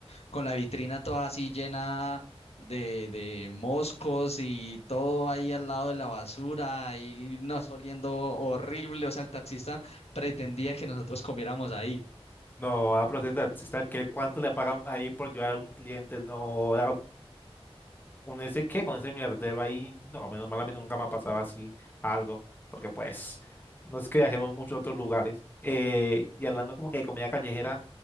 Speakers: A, on the left; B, on the left.
A: con la vitrina toda así llena de, de moscos y todo ahí al lado de la basura y nos oliendo horrible. O sea, el taxista pretendía que nosotros comiéramos ahí.
B: No, a pero si está que cuánto le pagan ahí por llevar a algún cliente, no, Con ese qué, con ese mierdero ahí, no, menos mal a mí nunca me ha pasado así algo, porque pues no es que viajemos mucho a otros lugares. Eh, y hablando como que de comida callejera,